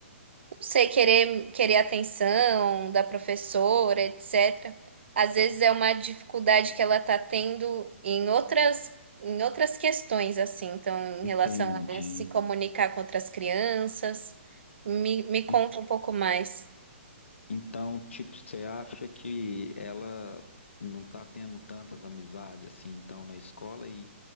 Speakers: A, on the right; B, on the left.
A: não sei, querer querer atenção da professora, etc. Às vezes é uma dificuldade que ela tá tendo em outras em outras questões assim, então em
B: entendi.
A: relação a se comunicar com outras crianças. Me, me conta
B: E-
A: um pouco mais.
B: Então, tipo, você acha que ela não tá tendo tantas amizades, assim, então, na escola e,